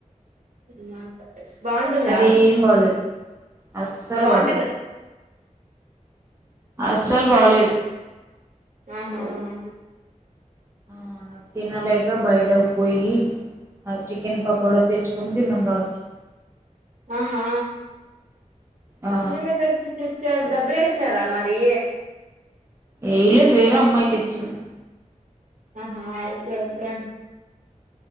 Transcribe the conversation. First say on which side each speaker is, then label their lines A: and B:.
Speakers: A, on the right; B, on the right.
A: <unintelligible> బాగుంటుందా
B: అదేం బాలేదు అస్సలు
A: బాగుంటుందా
B: బాలేదు అస్సలు బాలేదు
A: ఆహా ఆ
B: ఆ తినలేక బయటకు పోయి ఆ చికెన్ పకోడా తెచ్చుకుని తిన్నాం రాత్రి
A: ఆహా
B: ఆ
A: నేనే పెట్టి తెచారు డబ్బులు వేసినారా మరి
B: ఎయలేదు వేరే అమ్మాయి తెచ్చింది
A: ఆహా ఒకే ఒకే